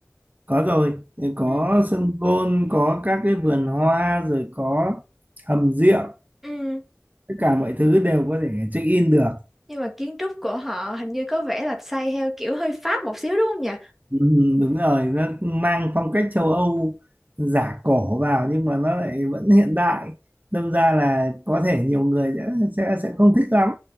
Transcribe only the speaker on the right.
có rồi có
sân gôn có các cái vườn hoa rồi có hầm rượu
tất cả mọi thứ đều có thể check in được
ừ, đúng rồi nó mang phong cách châu Âu giả cổ vào nhưng mà nó lại vẫn hiện đại đâm ra là có thể nhiều người sẽ sẽ, sẽ không thích lắm